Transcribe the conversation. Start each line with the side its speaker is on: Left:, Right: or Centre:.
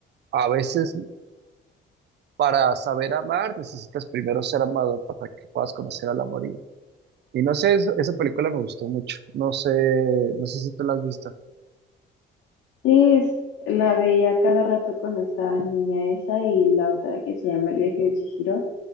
Right: A veces para saber amar necesitas primero ser amado para que puedas conocer al amor. Y, y no sé, eso- esa película me gustó mucho. No sé, no sé si tú la has visto.
Left: Sí, es- la veía cada rato cuando estaba niña esa y la otra que se llama El viaje de Chihiro.